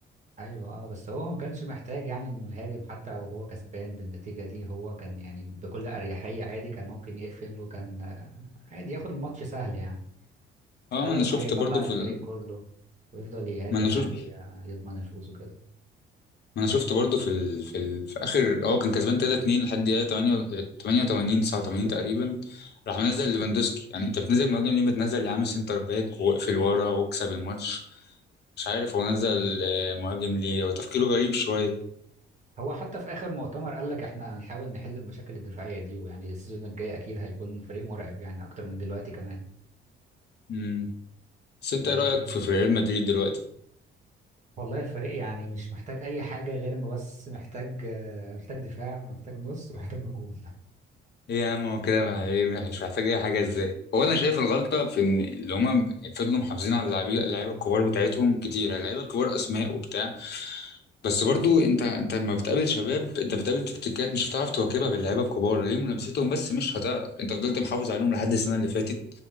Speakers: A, on the right; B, on the left.
A: ايوه اه بس هو ما كانش محتاج يعني انه يهاجم حتى وهو كسبان بالنتيجة دي هو كان يعني بكل اريحية عادي كان ممكن يقفل وكان آه، عادي ياخد الماتش سهل يعني
B: اه
A: بدل
B: ما انا
A: ما
B: شفت
A: يطلع
B: برضو
A: الفريق
B: في ال...
A: كله ويفضل يهاجم
B: ما انا شفت
A: يعني ويضمن الفوز وكده
B: ما انا شفت برضو في ال... في, ال... في اخر هو كان كسبان 3 2 لحد دقيقه 8 88 89 تقريبا راح منزل ليفاندوسكي يعني انت بتنزل مهاجم ليه بتنزل يا عم سنتر باك واقفل ورا واكسب الماتش مش عارف هو نزل آه، مهاجم ليه هو تفكيره غريب شويه
A: هو حتى في اخر مؤتمر قال لك احنا هنحاول نحل المشاكل الدفاعية دي ويعني السيزون الجاي اكيد هيكون فريق مرعب يعني اكتر من دلوقتي كمان
B: امم بس انت
A: يعني
B: ايه رايك
A: هو
B: في في ريال مدريد دلوقتي
A: والله الفريق يعني مش محتاج اي حاجة غير انه بس محتاج آه، محتاج دفاع محتاج نص ومحتاج هجوم
B: ايه يا عم هو كده مع- إيه، مش محتاج اي حاجه ازاي هو انا شايف الغلطه في ان اللي هما فضلوا محافظين على اللعيبه اللعيبه الكبار بتاعتهم كتير اللعيبه الكبار اسماء وبتاع بس برضو انت انت لما بتقابل شباب انت بتقابل تكتيكات مش هتعرف تواكبها باللعيبه الكبار ليهم لمستهم بس مش هتعرف انت فضلت محافظ عليهم لحد السنه اللي فاتت